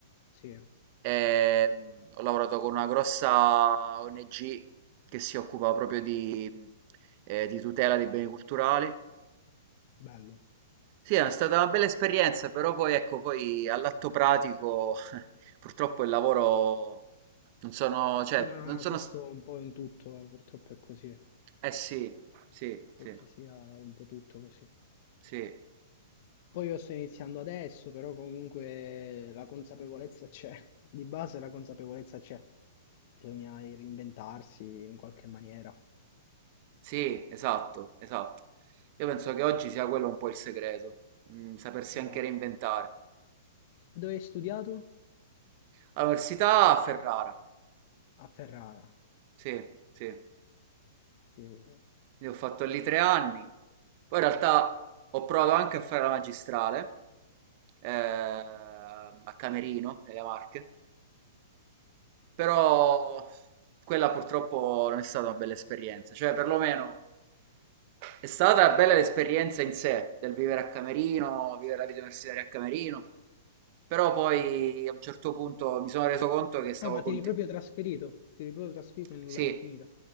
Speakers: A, on the left; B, on the right.
A: Sì,
B: Ehm, ho lavorato con una grossa ONG che si occupa proprio di, eh, di tutela dei beni culturali.
A: bello.
B: Sì, è stata una bella esperienza, però poi ecco, poi all'atto pratico <laughs> purtroppo il lavoro non sono, cioè,
A: Sì, Ma
B: non sono,
A: questo
B: s-
A: un po' in tutto, purtroppo è così,
B: eh sì, sì,
A: quel
B: sì,
A: che sia un po' tutto così.
B: sì,
A: Poi io sto iniziando adesso, però comunque la consapevolezza c'è, di base la consapevolezza c'è. Bisogna reinventarsi in qualche maniera.
B: sì, esatto, esatto. Io penso che oggi sia quello un po' il segreto, mm, sapersi anche
A: Esatto.
B: reinventare.
A: E dove hai studiato?
B: All'università a Ferrara,
A: A Ferrara.
B: Sì, sì.
A: Sì. sì.
B: Quindi ho fatto lì tre anni. Poi in realtà ho provato anche a fare la magistrale eh, a Camerino, nelle Marche, però quella purtroppo non è stata una bella esperienza. Cioè, perlomeno è stata bella l'esperienza in sé del vivere a Camerino, vivere la vita universitaria a Camerino, però poi a un certo punto mi sono reso conto che stavo
A: No, ma
B: continuando
A: ti eri proprio trasferito, ti eri proprio trasferito e non
B: Sì,
A: l'hai finita,